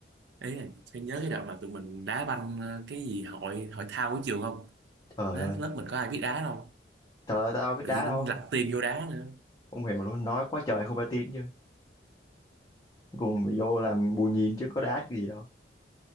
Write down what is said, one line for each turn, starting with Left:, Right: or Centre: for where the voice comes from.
Right: Ấy là Phan nhớ cái đợt mà tụi mình đá banh ờ, cái gì hội hội thao của trường không?
Left: Trời
Right: Đó,
Left: ơi,
Right: lớp mình có ai biết đá đâu.
Left: trời ơi, tao biết
Right: Tự
Left: đá
Right: nhiên
Left: đâu.
Right: cũng lặt tiền vô đá nữa.
Left: Không hiểu luôn, nói quá trời không phải tin chứ. Cùng bị vô làm bù nhìn chứ có đá cái gì đâu.